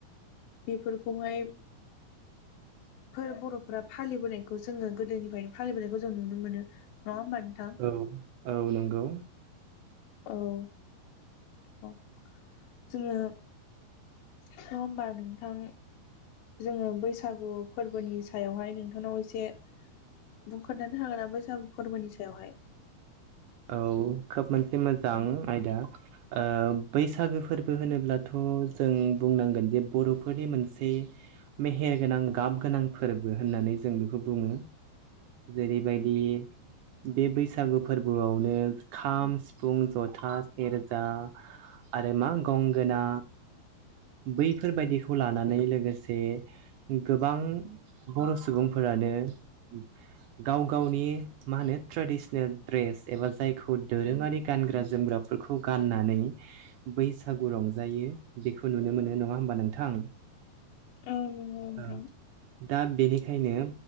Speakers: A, on the left (about 80°); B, on the right (about 85°).
A: बेफोरखौहाय फोर बर'फोरा फालिबोनायखौ जोङो गोदोनिफ्रायनो फालिबोनायखौ जों नुनो मोनो। नङा होमबा नोंथां
B: औ औ नंगौ।
A: औ औ जोङो स होमबा नोंथां जोङो बैसागु फोरबोनि सायावहाय नोंथांनाव एसे बुं खोन्थानो हागोन नामा बैसागु फोरबोनि सायावहाय
B: औ खोब मोनसे मोजां आयदा ओ बैसागो फोरबो होनोब्लाथ' जों जों बुंनांगोन जे बर'फोरनि मोनसे मेहेर गोनां गाब गोनां फोरबो होननानै जों बेखौ बुङो
A: <inaudible>
B: जेरैबायदि बे बैसागु फोर बोआवनो खाम सिफुं जथा सेरजा आरो मा गंगोना बैफोरबायदिखौ लानानै लोगोसे गोबां बर' सुबुंफोरा नो गाव गावनि मा होनो ट्रेडिसनेल द्रेस एबा जायखौ दोरोङारि गानग्रा जोमग्राफोरखौ गाननानै बैसागु रं जायो बेखौ नुनो मोनो नङा होमबा नोंथां?
A: <unintelligible> नंगौ नोंथां
B: ओ दा बेनिखायनो